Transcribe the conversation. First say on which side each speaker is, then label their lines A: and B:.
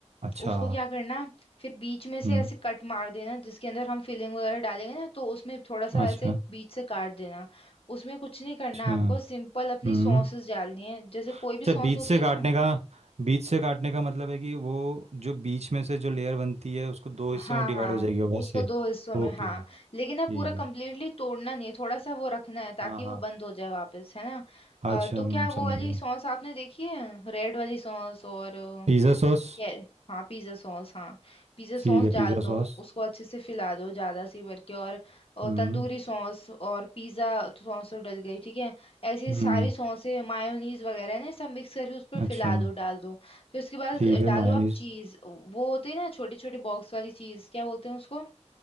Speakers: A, on the right; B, on the left.
A: अच्छा
B: उसको क्या करना फिर बीच में से
A: हम्म
B: ऐसे कट मार देना जिसके अंदर हम फिलिंग वगैरह डालेंगे ना तो उसमें थोड़ा सा
A: अच्छा
B: ऐसे बीच से काट देना उसमें कुछ नहीं करना
A: अच्छा
B: आपको सिंपल अपनी
A: हम्म
B: सॉसेस डालनी है जैसे कोई
A: अच्छा
B: भी सॉस
A: बीच
B: होती
A: से
B: है
A: काटने
B: ना
A: का बीच से काटने का मतलब है कि वो जो बीच में से जो लेयर बनती है उसको दो हिस्सों
B: हाँ
A: में डिवाइड
B: हाँ
A: हो जाएगी वो
B: उसको
A: वैसे
B: दो हिस्सों में
A: ओके
B: हाँ लेकिन
A: ठीक
B: ना पूरा
A: है
B: कंप्लीटली तोड़ना नहीं है थोड़ा सा वो रखना है ताकि
A: हाँ
B: वो
A: हाँ
B: बंद हो जाए वापस है ना
A: अच्छा
B: अ, तो
A: हम
B: क्या वो
A: समझ
B: वाली
A: गए
B: सॉस आपने देखी है रेड वाली सॉस और
A: पिज़्ज़ा सॉस
B: ये हाँ पिज्ज़ा सॉस हाँ पिज़्ज़ा सॉस
A: ठीक है
B: डाल
A: पिज़्ज़ा
B: दो
A: सॉस
B: उसको अच्छे से फैला दो ज़्यादा सी भर के और, और
A: हम्म
B: तंदूरी सॉस और पिज़्ज़ा सॉस तो डल गई ठीक है ऐसी
A: हम्म
B: सारी सॉसें मायोनीज वगैरह है ना सब मिक्स करके उस पर
A: अच्छा
B: फैला दो डाल दो फिर उसके बाद
A: ठीक है
B: डालो
A: मायनीज
B: आप चीज़ वो होती है ना छोटे छोटे बॉक्स वाली चीज़ क्या बोलते हैं उसको